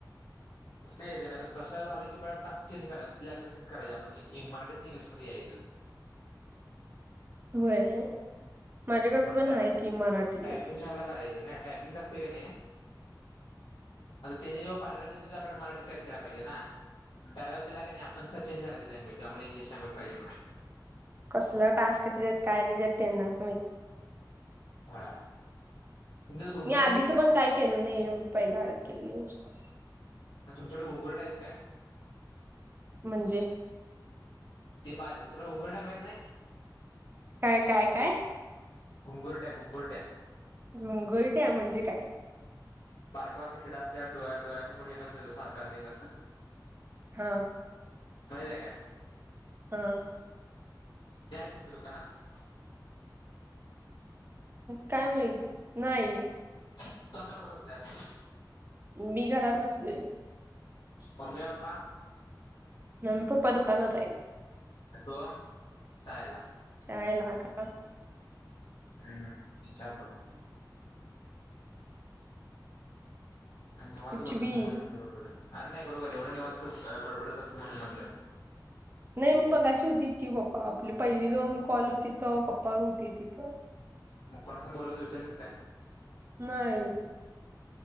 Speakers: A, on the left (about 65°); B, on the right (about 30°).
A: कसंय तेन तशा झालं की परत टास्क चेंज करायचं म्हणजे लँग्वेज चेंज करायची आपण मराठीत इंग्लिशमध्ये यायचं.
B: होय. माझ्याकडे पण
A: टायपिंगलाच्या
B: आहे की मराठी.
A: ह्याला करायचं. नाय टायपिंग आसतोय कनय आता त्यांनी जो पॅराग्राफ देत तो आपल्याला मराठी टाईप कराय पाहिजे ना पॅराग्राफ दिला का नाही आपण सच चेंज करायची लँग्वेज आम्हाला इंग्लिश लँग्वेज पाहिजे म्हणायच.
B: कसला टास्क देत्यात काय देत्यात त्यांनाचं माहित.
A: हा तुमच्याकडे घुंगुरट्या
B: मी आधीचं
A: आहेत
B: पण काय केलं नायये. पहिला केल हे नुसता
A: तुमच्याकडे घुंगुरट्या टाईप काय??
B: म्हणजे
A: ते पार तुला घुंगुरट्या माहित नाय.
B: काय काय काय?
A: घुंगुरट्या घुंगुरट्या
B: घुंगुरट्या म्हणजे काय?
A: बारक बारक कीड असत्यात डोळ्या डोळ्यासमोर येत असतात सारखा सारखा येत असतात.
B: हा
A: माहित हाय काय?
B: हा
A: ते आहेत तुमच्या दुकानात
B: काय माहित नाही.
A: तू आता कुठ बसलीयास.
B: मी घरात बसलोय.
A: मम्मी पप्पा
B: मम्मी पप्पा दुकानात हाईत.
A: आणि सोहंम शाळेला
B: काय लाग हं
A: <unintelligible> विचारलं. काय निवांत
B: कुछ
A: बसलीस
B: भी
A: म्हणून म्हणलो बडबडीत. अर नाय एवढं निवांत बडबडत असतं म्हणून म्हटलं
B: नाही मगाशी होतीत की पप्पा आपली पहिली दोन कॉल होती तवा पप्पा होती तिथं.
A: मग कोणा संग बोलला तू विचारलत काय?
B: नाय.